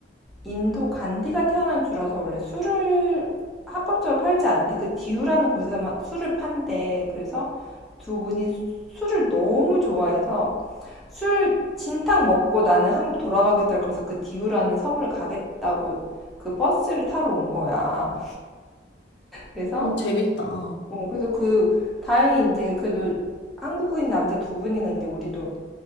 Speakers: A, in the centre; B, on the left.
A: 인도 간디가 태어난 주라서 원래 술을 합법적으로 팔지 않는데 그 디우라는 곳에서만 술을 판대. 그래서 두 분이 술을 너무 좋아해서 술 진탕 먹고 나는 한국 돌아가겠다. 그래서 그 디우라는 섬을 가겠다고 그 버스를 타러 온 거야. 그래서
B: 어, 재밌다. 어,
A: 어, 그래서 그 다행히 이제 그래도 한국인 남자 두 분이가 이제 우리도